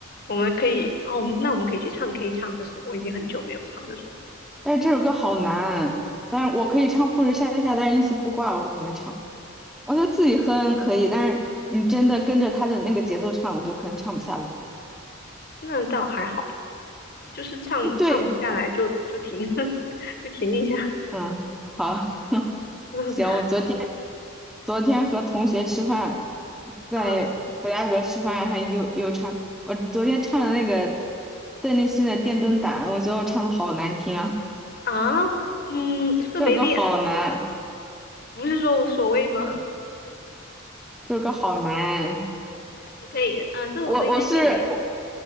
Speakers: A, on the left; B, in the centre.
A: 我们可以，哦，我们那我们可以去唱 K 唱这首，我已经很久没有唱这首，
B: 但是这首歌好难，但是我可以唱《富士山下》，但是一丝不挂，我可能唱，我觉得自己哼可以，但是你真的跟着他的那个节奏唱，我就可能唱不下来。
A: 那倒还好吧，就是唱唱不下来就就停，
B: 诶对，
A: <laughs> 就停一下。
B: 嗯，好，<laughs>
A: <laughs>
B: 行，我昨天昨天和同学吃饭，在弗莱格吃饭，
A: 啊
B: 还又又唱，我昨天唱了那个邓丽欣的《电灯胆》，我觉得我唱的好难听啊，
A: 啊，嗯，是不是没练？
B: 这首歌好难，
A: 不是说无所谓吗？
B: 这首歌好难。
A: 你可以，啊、这首歌应该可以练的，
B: 我我是我